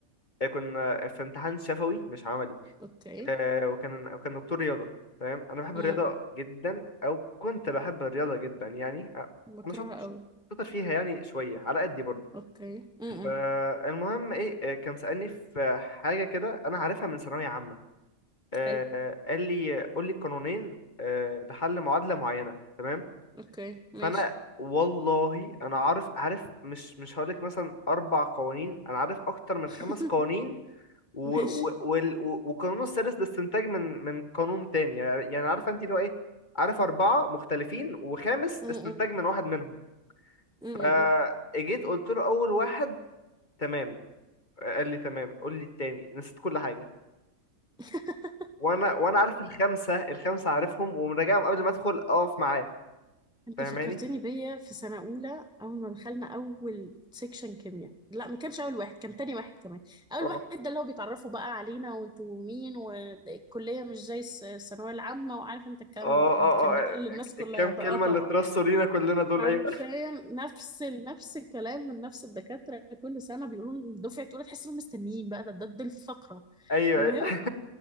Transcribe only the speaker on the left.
آه، كنا في امتحان شفوي مش عملي
آه، وكان وكان دكتور رياضة تمام انا بحب
الرياضة جدا او كنت بحب الرياضة جدا يعني آه،
انا شاطر
شاطر فيها يعني شوية على قدي برضه
فالمهم ايه آه، كان سألني في حاجة كده انا عارفها من ثانوية عامة آه،
قال لي قول لي قانونين آه، لحل معادلة معينة تمام
فانا والله انا عارف عارف مش مش هقولك مثلا اربع قوانين انا عارف اكتر من
خمس قوانين و
و وال- و والقانون السادس ده استنتاج من من قانون تاني يعني يعني عارفه انت اللي هو ايه عارف اربعه مختلفين وخامس
استنتاج من واحد منهم
فاجيت قلت له اول واحد تمام قال لي تمام قول لي التاني نسيت كل حاجه
وانا وانا عارف الخمسه الخمسه عارفهم ومراجعهم قبل ما ادخل اقف معاه
فاهماني
اه
اه
اه
اه
الكام
كلمة
اللي اترصوا
لينا كلنا دول
ايوه
ايوه
ايوه